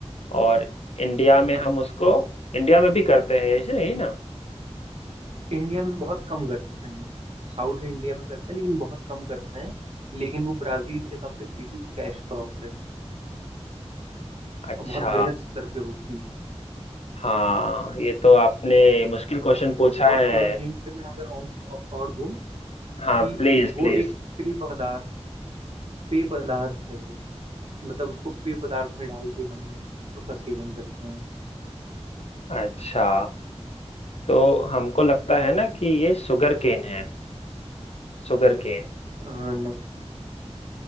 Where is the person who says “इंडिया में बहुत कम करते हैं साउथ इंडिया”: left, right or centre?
Right